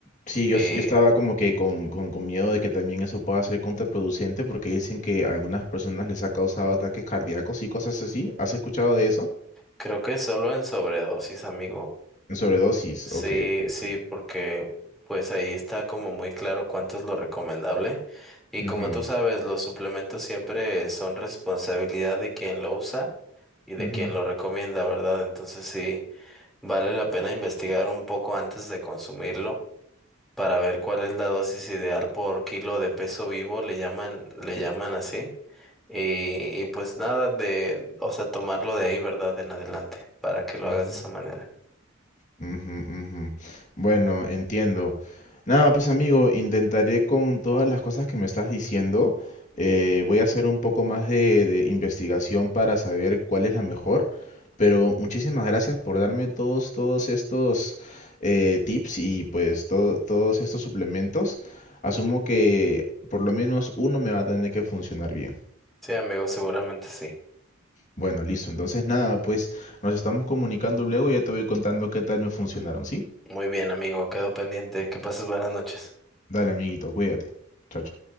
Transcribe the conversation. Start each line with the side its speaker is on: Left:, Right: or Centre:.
Left: Sí,
Centre: Y
Left: yo, s- yo estaba como que con, con- con miedo de que también eso pueda ser contraproducente porque dicen que a algunas personas les ha causado ataques cardíacos y cosas así. ¿Has escuchado de eso?
Centre: creo que solo en sobredosis, amigo.
Left: En Sobredosis.
Centre: Sí,
Left: Ok, ok,
Centre: sí,
Left: ok.
Centre: porque pues ahí está como muy claro cuánto es lo recomendable. Y
Left: Ujú,
Centre: como tú sabes, los suplementos siempre son responsabilidad de quien lo usa y de
Left: ujú,
Centre: quien lo recomienda, ¿verdad? Entonces sí, vale la pena investigar un poco antes de consumirlo para ver cuál es la dosis ideal por kilo de peso vivo, le llaman, le llaman así. Y, y pues nada de, o sea, tomarlo de ahí, ¿verdad? En adelante, para que lo
Left: ujú.
Centre: hagas de esa manera.
Left: Ujú, ujú. Bueno, entiendo. Nada, pues amigo, intentaré con todas las cosas que me estás diciendo. eh, voy a hacer un poco más de, de investigación para saber cuál es la mejor. Pero muchísimas gracias por darme todos, todos estos eh, tips y pues to- todos estos suplementos. Asumo que por lo menos uno me va a tener que funcionar bien.
Centre: Sí, amigo, seguramente sí.
Left: Bueno, listo. Entonces nada, pues nos estamos comunicando luego y ya te voy contando qué tal me funcionaron, ¿sí?
Centre: Muy bien, amigo, quedo pendiente. Que pases buenas noches.
Left: Dale, amiguito, cuídate. Chao, chao.